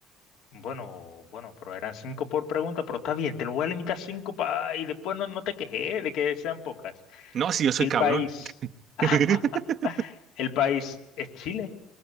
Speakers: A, on the left; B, on the right.
A: Bueno, bueno, pero eran cinco por pregunta, pero está bien, te lo voy a limitar a cinco pa y después no, no te quejes eh, de que sean pocas.
B: No, si yo soy
A: El
B: cabrón.
A: país, <laughs>
B: <laughs>
A: el país es Chile.